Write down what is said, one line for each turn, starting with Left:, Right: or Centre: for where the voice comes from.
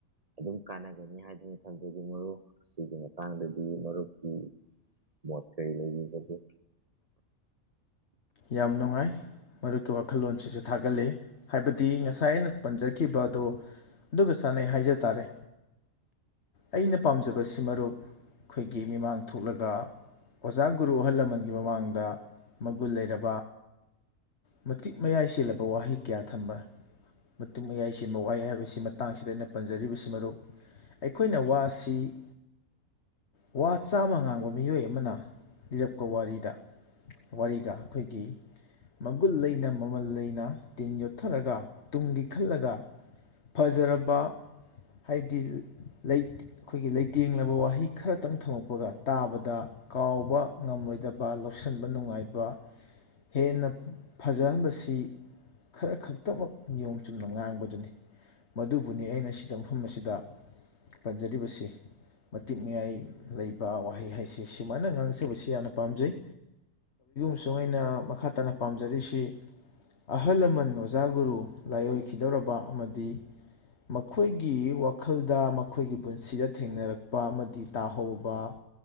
Right: ꯑꯗꯨꯝ ꯀꯥꯟꯅꯒꯅꯤ ꯍꯥꯏꯗꯨꯅ ꯊꯝꯖꯒꯦ ꯃꯔꯨꯞ ꯁꯤꯒꯤ ꯃꯇꯥꯡꯗꯗꯤ ꯃꯔꯨꯞꯀꯤ ꯃꯣꯠ ꯀꯔꯤ ꯂꯩꯕꯤꯕꯒꯦ
Left: ꯌꯥꯝ ꯅꯨꯡꯉꯥꯏ ꯃꯔꯨꯞꯀꯤ ꯋꯥꯈꯜꯂꯣꯟꯁꯤꯁꯨ ꯊꯥꯒꯠꯂꯤ ꯍꯥꯏꯕꯗꯤ ꯉꯁꯥꯏ ꯑꯩꯅ ꯄꯟꯖꯈꯤꯕꯗꯣ ꯑꯗꯨꯒ ꯆꯅꯩ ꯍꯥꯏꯖ ꯇꯥꯔꯦ ꯑꯩꯅ ꯄꯥꯝꯖꯕ ꯕꯁꯤ ꯃꯔꯨꯞ ꯑꯩꯈꯣꯏꯒꯤ ꯃꯤꯃꯥꯡ ꯊꯣꯛꯂꯒ ꯑꯣꯖꯥ ꯒꯨꯔꯨ ꯑꯍꯜ ꯂꯃꯟꯒꯤ ꯃꯃꯥꯡꯗ ꯃꯒꯨꯟ ꯂꯩꯔꯕ ꯃꯇꯤꯛ ꯃꯌꯥꯏ ꯆꯦꯜꯂꯕ ꯋꯥꯍꯩ ꯀꯌꯥ ꯊꯝꯕ ꯃꯇꯨꯡ ꯃꯌꯥꯏ ꯆꯦꯟꯕ ꯋꯥꯍꯩ ꯍꯥꯏꯕꯁꯤ ꯃꯇꯥꯡꯁꯤꯗ ꯑꯩꯅ ꯄꯟꯖꯔꯤꯕꯁꯤ ꯃꯔꯨꯞ ꯑꯩꯈꯣꯏꯅ ꯋꯥꯁꯤ ꯋꯥ ꯆꯥꯝꯃ ꯉꯥꯡꯕ ꯃꯤꯑꯣꯏ ꯑꯃꯅ ꯂꯤꯔꯛꯄ ꯋꯥꯔꯤꯗ ꯋꯥꯔꯤꯗꯥ ꯑꯩꯈꯣꯏꯒꯤ ꯃꯒꯨꯟ ꯂꯩꯅ ꯃꯃꯜ ꯂꯩꯅ ꯇꯤꯟ ꯌꯣꯠꯊꯔꯒ ꯇꯨꯡꯒꯤ ꯈꯜꯂꯒ ꯐꯖꯔꯕ ꯍꯥꯏꯕꯗꯤ ꯑꯩꯈꯣꯏꯒꯤ ꯂꯩꯇꯦꯡꯂꯕ ꯋꯥꯍꯩ ꯈꯔꯇꯪ ꯊꯝꯃꯛꯄꯒ ꯇꯥꯕꯗ ꯀꯥꯎꯕ ꯉꯝꯂꯣꯏꯗꯕ ꯂꯧꯁꯟꯕ ꯅꯨꯡꯉꯥꯏꯕ ꯍꯦꯟꯅ ꯐꯖꯍꯟꯕꯁꯤ ꯈꯔ ꯈꯛꯇꯃꯛ ꯅꯤꯌꯣꯝ ꯆꯨꯝꯅ ꯉꯥꯡꯕꯗꯨꯅꯤ ꯃꯗꯨꯕꯨꯅꯤ ꯑꯩꯅ ꯁꯤꯗ ꯃꯐꯝ ꯑꯁꯤꯗ ꯄꯟꯖꯔꯤꯕꯁꯤ ꯃꯇꯤꯛ ꯃꯌꯥꯏ ꯂꯩꯕ ꯋꯥꯍꯩ ꯍꯥꯏꯁꯤ ꯁꯨꯃꯥꯏꯅ ꯉꯥꯡꯖꯕꯁꯤ ꯌꯥꯝꯅ ꯄꯥꯝꯖꯩ ꯑꯃꯁꯨꯡ ꯑꯩꯅ ꯃꯈꯥ ꯇꯥꯅ ꯄꯥꯝꯖꯔꯤꯁꯤ ꯑꯍꯜ ꯂꯃꯟ ꯑꯣꯖꯥ ꯒꯨꯔꯨ ꯂꯥꯏꯑꯣꯏꯈꯤꯗꯧꯔꯕ ꯑꯃꯗꯤ ꯃꯈꯣꯏꯒꯤ ꯋꯥꯈꯜꯗ ꯃꯈꯣꯏꯒꯤ ꯄꯨꯟꯁꯤꯗ ꯊꯦꯡꯅꯔꯛꯄ ꯑꯃꯗꯤ ꯇꯥꯍꯧꯕ